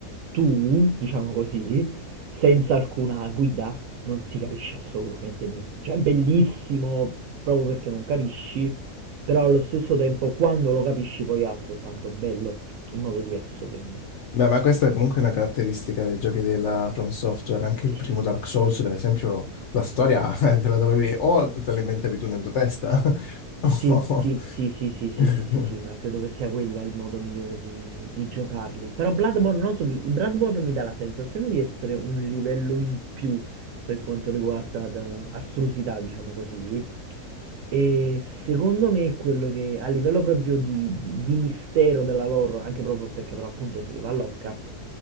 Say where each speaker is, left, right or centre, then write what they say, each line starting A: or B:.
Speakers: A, on the right; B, on the left.
A: tu, diciamo così, senza alcuna guida non si capisce assolutamente niente, cioè è bellissimo proprio perché non capisci però allo stesso tempo quando lo capisci poi è altrettanto bello, in modo diverso ovviamente.
B: Beh, ma questa è comunque una caratteristica dei giochi della From Software. Anche il
A: Sì,
B: primo Dark Souls,
A: sì.
B: per esempio, la storia <laughs> eh, te la dovevi o te la inventavi tu nella tua testa. <laughs>
A: Sì,
B: o-
A: sì, sì, sì, sì,
B: <laughs>
A: sì, sì, sì, sì, ma credo che sia quella il modo migliore di, di giocarli. Però Bloodborne, non so, mi- Bloodborne mi dà la sensazione di essere un livello in più per quanto riguarda da- astrusità, diciamo così. E secondo me quello che a livello proprio di, di- di mistero della lore, anche proprio perché per l'appunto si arriva a Lovecraft,